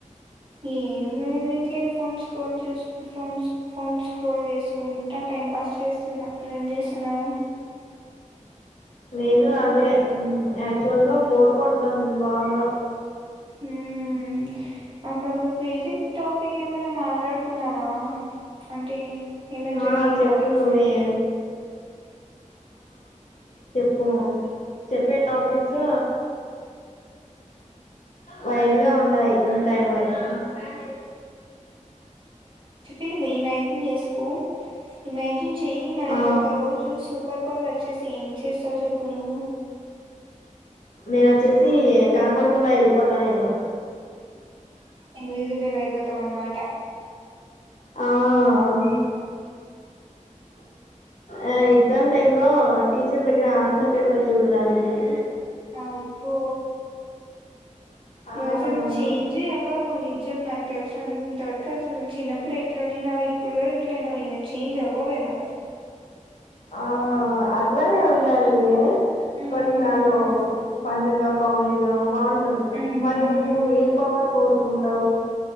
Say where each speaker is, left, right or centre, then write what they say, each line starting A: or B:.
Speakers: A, on the right; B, on the left.
A: ఏ అట్లే ఫోన్ స్క్రోల్ చేూ ఫోన్స్ ఫోన్ స్క్రోల్ చేసుకు నేన్ టైం పాస్ చేస్తున్నా నువ్వేం జెస్తున్నావు
B: నేను అదే ఉ యాక్చువల్ గా బోర్ కొడతాంది బాగా
A: ఉ ఉ అప్పుడు ఒక క్రేజిక్ టాపిక్ ఏమన్నా మాట్లాడుకుందామా అంటే ఏమనజరిగిన
B: ఆ చెప్పు
A: టాపిక్స్
B: నువ్వే
A: వియట్
B: ప్పు చెప్పే టాపిక్స్ వైడ్గా ఉండాయి ఉంటాయి మరి ఫ్యాం
A: ఇది ఇమాజిన్ జేసుకో ఇమాజిన్ చేయి మనకి
B: ఆ
A: ఒక రోజు సూపర్ పూ వచ్చే సేమ్ జ్ చేస్తావ జేప్పు నువ్వు
B: నేన వచ్చేసి కనపడకుండా వెళ్ళిపోతా నేను
A: ఇన్విజిబుల్ అయిపోతాం అనమాట
B: ఆ అ
A: ఓ
B: ఆ ఎగ్జామ్ టైమ్ లో టీచర్ దగ్గర ఆన్సర్ పేపర్ చూడడానికి
A: అబ్బో నువ్వు
B: ఆ
A: అస్సలు చెేంజే అవ్వవు నాకు తెలుసఅంతవరకు అసలు చిన్నప్పుడు ఎట్ల ఉండినావు ఇప్పుడు కూడా ఎట్ల ఉన్నావ్ ఇంకా చేంజ్ అవ్వవేమో
B: ఆ.. అట్లానే ఉండాలి లే
A: మ్మ్.
B: కొన్ని సార్లు ఫన్ గ కామెడిగా బాన్
A: మ్మ్.
B: మరి నువ్వు ఏం పవర్ కోరుకుంటావు